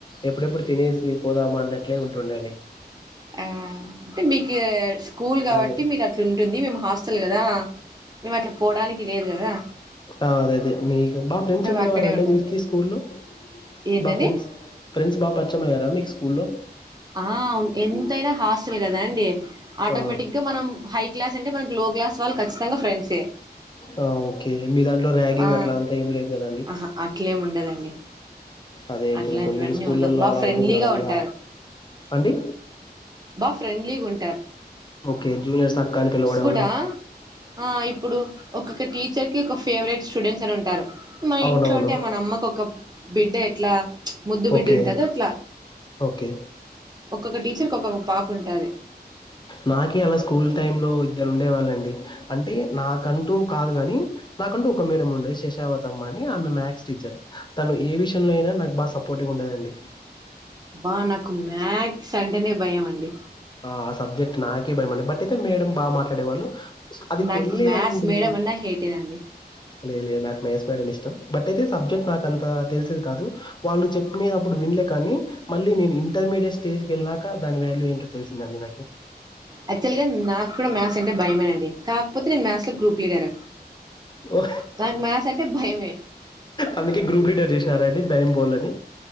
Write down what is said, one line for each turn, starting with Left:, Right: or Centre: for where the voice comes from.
Left: ఎప్పుడెప్పుడు తినేసి పోదామా అన్నట్లే ఉంటుండేడండి
Right: ఆ అంటే మీకు స్కూల్ కాబట్టి
Left: అదే
Right: మీరు అట్లుంటుంది మేము హాస్టల్ గదా మేము అట్లా పోడానికి లేదు గదా
Left: ఆ అదే అదే మీ బా ఫ్రెండ్స్ ఉండేవారండి
Right: అక్కడే ఉండాలి
Left: మీకి స్కూల్లో
Right: ఏంటండి
Left: బా ఫ్రెండ్స్ ఫ్రెండ్స్ బాగా పరిచమయ్యారా మీకు స్కూల్లో
Right: ఆ ఎంతైనా హాస్టల్ గదా అండి ఆటోమేటిక్
Left: ఆ
Right: గా మనం హై క్లాస్ అంటే మనకు లో క్లాస్ వాళ్ళు ఖచ్చితంగా ఫ్రెండ్సే
Left: ఆ ఓకే మీ దాంట్లో ర్యాగింగ్
Right: ఆ
Left: అట్లా అంతా ఏం లేదు కదండి
Right: ఆహ అట్లేం ఉండదండి
Left: అదే ఇప్పుడు
Right: అట్లాంటివన్నీ
Left: కొన్ని స్కూళ్లలో
Right: ఉండవు బా
Left: అలా
Right: ఫ్రెండ్లీగా
Left: ఉంటుంది కదండి
Right: ఉంటారు
Left: ఆ- అండి
Right: బా ఫ్రెండ్లీగా ఉం
Left: ఓకే జూనియర్స్ అక్కా అని పిలవడం
Right: గూడా ఆ ఇప్పుడు ఒక్కొక్క టీచర్ కి ఒక ఫేవ ఫేవరెట్ స్టూడెంట్స్ అని ఉంటారు మన
Left: అవునవును
Right: ఇంట్లో ఉంటే మన అమ్మకు ఒక బిడ్డ ఎట్లా ముద్దు బిడ్డ
Left: ఓకే
Right: ఉంటది అట్ల
Left: ఓకే
Right: ఒక్కొక్క టీచర్ కు ఒక్కొక్క పాప ఉంటాది
Left: మాకి అలా స్కూల్ టైం లో ఇద్దరు ఉండే వాళ్ళండి అంటే నాకంటూ కాదు గాని నాకంటు ఒక మేడం ఉండే శషావతమ్మ అని ఆమె మ్యాథ్స్ టీచర్ తను ఏ విషయంలో అయినా నాకు బా సపోర్టివ్ ఉం ఉండదండి
Right: బా నాకు మ్యాక్స్ అంటేనే భయం అండి
Left: ఆ ఆ సబ్జెక్ట్ నాకి భయంమండి బట్ అయితే మేడం బాగా మాట్లాడేవాళ్ళు అది
Right: నాకు
Left: తెలియదండి
Right: మ్యాథ్స్ మేడం అన్నా హేటేనండి
Left: లే లేదు నాకు మ్యాథ్స్ మేడం ఇష్టం బట్ అయితే సబ్జెక్ట్ నాకు అంత తెలిసేది కాదు వాళ్ళు చెప్పినయ్ వినలే కాని మళ్ళీ నేను ఇంటర్ మీడె స్టేజ్కి వెళ్ళానాక దాని వ్యాల్యూ ఏంటో తెలిసిందండి నాకి
Right: యాక్చువల్ గా నాకూడా మ్యాథ్స్ అంటే భయమే అండి కాకపోతే నేను మ్యాథ్స్ లో గ్రూప్ లీడర్
Left: ఓ
Right: నాకు మ్యాథ్స్ అంటే భయమే
Left: అందుకే గ్రూప్ లీడర్ చేసినారా టె భయం పోవళ్లని